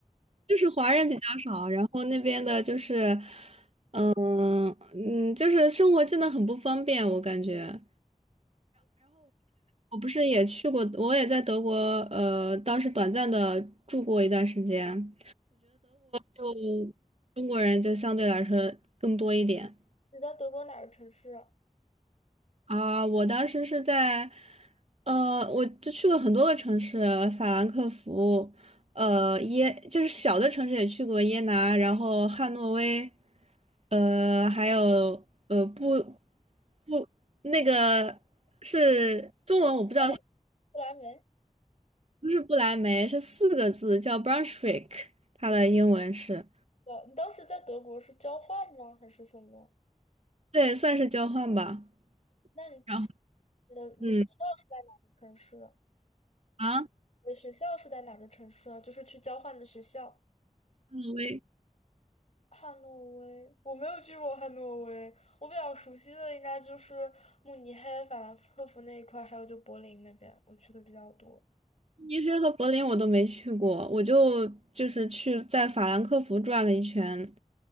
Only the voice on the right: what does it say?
就是华人比较少，然后那边的就是，嗯嗯，就是生活真的很不方便，我感觉。我不是也去过，我也在德国，呃，当时短暂的住过一段时间，就中国人就相对来说更多一点。
啊，我当时是在，呃，我就去过很多个城市，法兰克福，呃，耶，就是小的城市也去过耶拿，然后汉诺威，呃，还有呃布布那个是中文我不知道，
不是不来梅，是四个字叫 Brunswick，它的英文是，
对，算是交换吧。
然后，
嗯，啊，汉
诺威。
慕尼黑和柏林我都没去过，我就就是去在法兰克福转了一圈。